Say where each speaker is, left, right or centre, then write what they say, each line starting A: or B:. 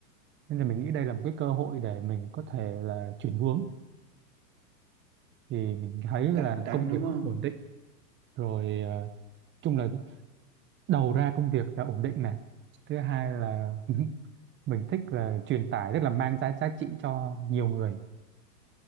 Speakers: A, on the right (about 25°); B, on the right (about 55°).
A: nên là mình nghĩ đây là một cái cơ hội để mình có thể là chuyển hướng thì mình thấy là
B: cạnh tranh
A: công việc
B: đúng không?
A: cũng ổn định rồi ờ, chung là đầu ra công việc là ổn định này thứ hai là <laughs> mình thích là truyền tải rất là mang giá giá trị cho nhiều người